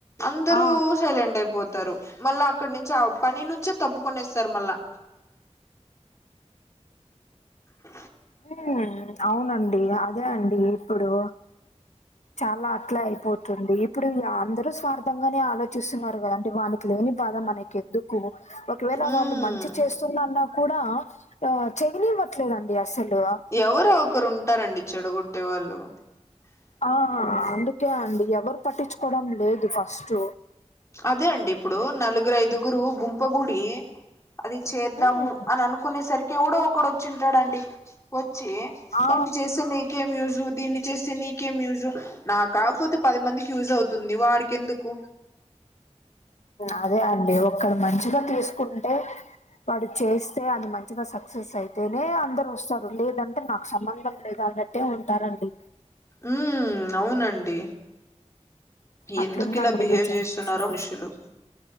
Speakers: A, on the left; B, on the left.
A: అందరుూ
B: ఆ
A: సైలెంట్ అయిపోతా తారు మళ్ళా అక్కడ నుంచి ఆ పని నుంచే తప్పుకొనేస్తారు మళ్ళా అ
B: ఉ అవునండి అదే అండి ఇప్పుడు చాలా అట్ల అయిపోతుంది ఇప్పుడు అందరు స్వార్థంగానే ఆలో చూస్తున్నారు కదంటే వాన్కి లేని బాధ మనకి ఎందుకు ఒకవేళ
A: ఉమ్
B: వాళ్ళు మంచి చేస్ తున్నా అన్నా కూడా ఆ చేయనివ్వట్లేదండి అసలు
A: ఎవరో ఒకరు ఉంటారండి చెడగొట్టే వాళ్ళు
B: ఆ అందుకే అండి ఎవరు పట్టించుకోవడం లేదు ఫస్ట్
A: అదే అండి ఇప్పుడు నలుగురు ఐదుగురు గుం గుడి అది చేద్దాము
B: హ్మ్.
A: అని అనుకునే సరికి కూడా ఒకడు వచ్చింటాడు అండి వచ్చి
B: ఆ!
A: దాన్ని చేస్తే నీకేం యూజు దీన్ని చేస్తే నీకే మ్యూజు నాకాపోతే పది మందికి యూజ్ అవుతుంది వాడికి ఎందుకు
B: అదే అండి ఒక్కడు మంచిగా తీసుకుంటే వాడు చేస్తే అది మంచిగా సక్సెస్ అయితేనే అందరు వస్తారు లేదంటే నాకు సంబంధం లేద్ అన్నట్టే ఉంటారండి
A: ఉ అవునండి
B: అట్లుందండి
A: ఎందుకు ఇలా బిహేవ్
B: ఈ జనరేషన్
A: చేస్తున్నారో మనుషులు